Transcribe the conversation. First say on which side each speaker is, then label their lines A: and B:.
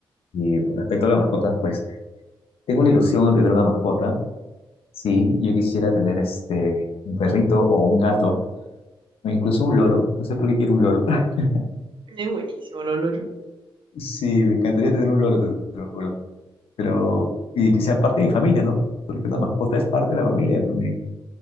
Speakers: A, on the left (about 75°); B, on the right (about 55°).
A: Y por respecto a las mascotas, pues tengo la ilusión de tener una mascota. Sí, yo quisiera tener este, un perrito o un gato, o incluso un loro. No sé por qué quiero un loro. <laughs>
B: Es buenísimo, Lolo.
A: Sí, me encantaría tener un loro, te te lo juro. Pero, y que sea parte de mi familia, ¿no? Porque una mascota es parte de la familia también.